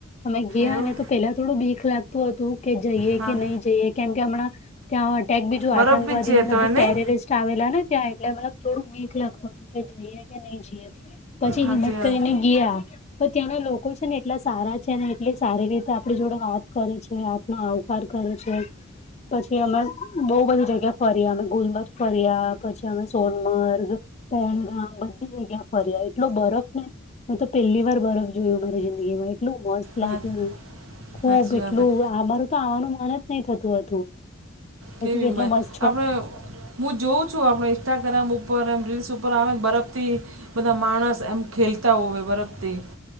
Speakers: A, on the left; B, on the right.
A: અમે ગયા
B: એવું
A: ને તો પેલા થોડું બીક લાગતું હતું. કે જઈએ
B: હા
A: કે નહી જઈએ કેમ કે હમણાં ત્યાં અટેક બીજું
B: બરફ
A: આતંકવાદી
B: બી છે
A: મતલબ
B: તો એ
A: ટેરેરિસ્ટ.
B: નહીં
A: આવેલા ને ત્યાં એટલે મતલબ થોડું મીક લાગતું હતું કે જઈએ કે નહી જઈએ. પછી
B: સાચી
A: હિંમત
B: વાત
A: કરીને ગયા. પણ ત્યાંના લોકો છે ને એટલા સારા છે એટલી સારી રીતે આપણી જોડે વાત કરે છે. આવકાર કરે છે પછી અમે બહ બધી જગ્યા. ્યાં ફર્યા અમે ગુલમર્ગ ફર્યા પછી અમે સોનમર્ગ. પહેલગામ બધી જગ્યા ફર્યા એટલો બરફ ને. મે તો પહેલી વાર બરફ જોયું મારી જિંદગી માં એટલું મસ્ત. લાગ્યુંને
B: હા
A: ખુબ
B: સાચી
A: એટલું
B: વાત
A: અમારું તો આવાનું મન જ નહી થતું હતું.
B: કેવી
A: કેટલે
B: મ
A: મસ્.
B: આપણે હું જોઉં છું આપણે ઇન્સ્ટાગ્રામ ઉપર એમ રીલ્સ ઉપર આવેને બરફથી. બધા માણસ એમ ખેલતા હોય બરફથી.